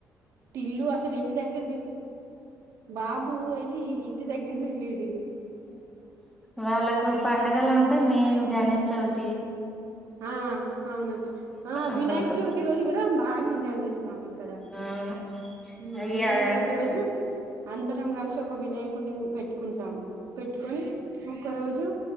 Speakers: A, on the right (about 55°); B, in the centre.
A: టిల్లు అసలు ఇంటి దగ్గ ర్నే బాబూ అయితే ఇంటి దగ్గర్నే లేడ్
B: వాళ్ళకు పండుగలం టే మెయిన్ గణష్ చౌతి
A: ఆ అవును ఆ
B: అసలుకు
A: వినాయక చవితి రోజు కూడా బాగా ఎంజాయ్ చేస్తాం ఇక్కడ.
B: అవును
A: హ్మ్
B: అయ్య
A: వినాయక
B: అద
A: చవితి
B: అక్కడ
A: రోజు అంద రం కలిసి ఒక వినాయకుని పెట్టుకుంటాం. పెట్టుకొని ఒక్క రోజు